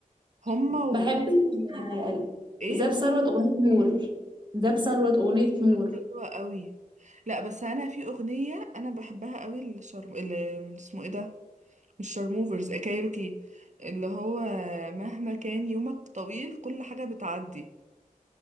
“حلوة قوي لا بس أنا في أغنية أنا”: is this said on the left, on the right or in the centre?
Right